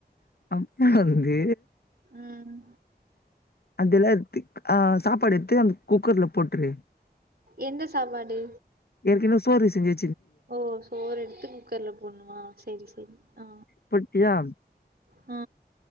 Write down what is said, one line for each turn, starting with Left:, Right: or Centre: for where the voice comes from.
Left: அம்மா வந்து
Right: ம்
Left: அதெல்லா எத்து ஆ சாப்பாடு எடுத்து அந்த குக்கர்ல போட்ரு
Right: எந்த சாப்பாடு
Left: ஏற்கனவே சோறு செஞ்சி
Right: ஓ சோறு எடுத்து குக்கர்ல போட்னுமா சேரி சேரி ஆ
Left: போட்டியா
Right: அ